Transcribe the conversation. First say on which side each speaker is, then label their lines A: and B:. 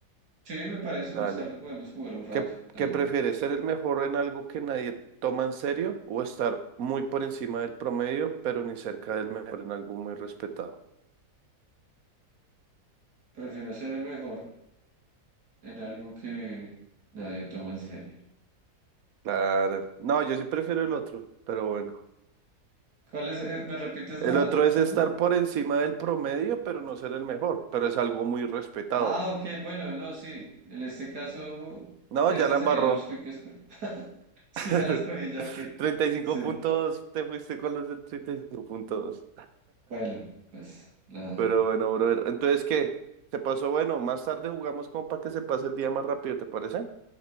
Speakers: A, on the right (about 80°); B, on the right (about 65°).
A: Sí, me parece,
B: Dale.
A: más tarde podemos jugar un rato,
B: ¿Qué,
A: dale.
B: qué prefieres? ¿Ser el mejor en algo que nadie toma en serio o estar muy por encima del promedio, pero ni cerca del mejor en algo muy respetado?
A: Prefiero ser el mejor en algo que nadie toma en serio.
B: Claro. No, yo sí prefiero el otro, pero bueno.
A: ¿Cuál es? eh, ¿me repites
B: El
A: la
B: otro
A: otra,
B: es
A: por
B: estar
A: favor?
B: por encima del promedio, pero no ser el mejor, pero es algo muy respetado.
A: Ah, ok, bueno, no, sí. En este caso,
B: No,
A: esa
B: ya la
A: sería
B: embarró.
A: la opción que escogí. <laughs> Es
B: <laughs>
A: que ya la escogí, ya que...
B: treinta y cinco
A: Sí,
B: puntos. te fuiste con los del treinta y cinco puntos.
A: bueno, pues nada,
B: Pero bueno, brother. Entonces, ¿qué? ¿Se pasó? Bueno, más tarde jugamos como para que se pase el día más rápido, ¿te parece?